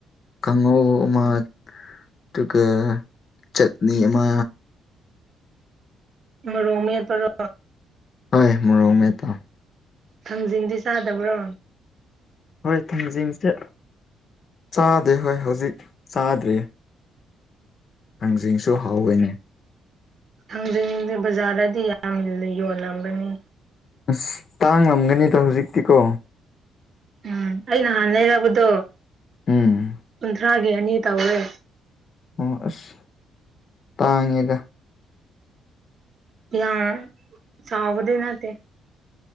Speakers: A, on the left; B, on the right.
A: ꯀꯥꯡꯉꯧ ꯑꯃ ꯑꯗꯨꯒ ꯆꯠꯅꯤ ꯑꯃ
B: ꯔꯣꯃꯣꯛ ꯃꯦꯠꯄꯔꯣ
A: ꯍꯣꯏ ꯃꯣꯔꯣꯛ ꯃꯦꯠꯄ
B: ꯊꯥꯡꯖꯤꯡꯗꯤ ꯆꯥꯗꯕ꯭ꯔꯣ
A: ꯍꯣꯏ ꯊꯥꯡꯖꯤꯡꯁꯦ ꯆꯥꯗꯦ ꯍꯣꯏ ꯍꯧꯖꯤꯛ ꯆꯥꯗ꯭ꯔꯤꯌꯦ ꯊꯥꯡꯖꯤꯡꯁꯨ ꯍꯧꯋꯦꯅꯦ
B: ꯊꯥꯡꯖꯤꯡꯗꯤ ꯕꯖꯥꯔꯗꯗꯤ ꯌꯥꯝ ꯌꯣꯜꯂꯝꯒꯅꯤ
A: ꯑꯁ ꯇꯥꯡꯂꯝꯒꯅꯤꯗ ꯍꯧꯖꯤꯛꯇꯤꯀꯣ
B: ꯎꯝ ꯑꯩ ꯅꯍꯥꯟ ꯂꯩꯔꯛꯄꯗꯣ
A: ꯎꯝ
B: ꯀꯨꯟ ꯇꯔꯒꯤ ꯑꯅꯤ ꯇꯧꯋꯦ
A: ꯑꯣ ꯑꯁ ꯇꯥꯡꯉꯦꯗ
B: ꯌꯥꯝ ꯆꯥꯎꯕꯗꯤ ꯅꯠꯇꯦ